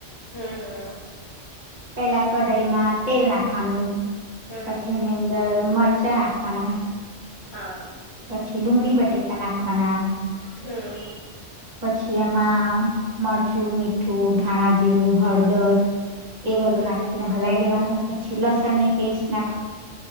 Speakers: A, on the left; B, on the right.
A: હમ હમ
B: પેલા કઢઈ માં તેલ નાખવાનું
A: હમ
B: પછી એની અંદર મરચાં નાખવાના.
A: હા.
B: પછી ડુંગળી બટેકા નાખવાના.
A: હમ
B: પછી એમાં મરચું, મીઠું, ધાણા, જીરું. હળદર, એ બધું
A: હમ
B: નાખીને હલાઈ દેવાનું. લસણની પેસ્ટ નાખ